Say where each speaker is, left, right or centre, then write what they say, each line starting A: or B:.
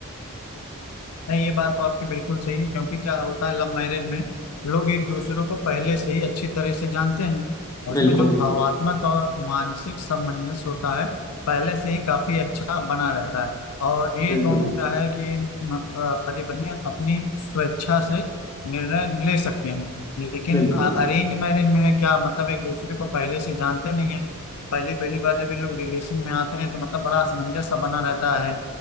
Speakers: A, on the left (about 75°); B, on the left (about 15°).
A: नहीं ये बात तो आपकी बिल्कुल सही है क्योंकि क्या होता है लव मैरिज में लोग एक दूसरे को पहले से ही अच्छी तरह से जानते हैं और उसमें
B: बिल्कुल
A: जो भावात्मक और मानसिक सामंजस्य होता है पहले से ही काफी अच्छा बना रहता है और ये
B: बिल्कुल
A: दोनों क्या है कि म- अ, पति पत्नी अपनी स्वेच्छा से निर्णय ले सकते हैं लेकिन
B: बिल्कुल
A: अरेंज मैरिज में है क्या मतलब एक दूसरे को पहले से जानते नहीं है पहली पहली बार जब ये लोग रिलेशन में आते हैं तो मतलब बड़ा असमंजस सा बना रहता है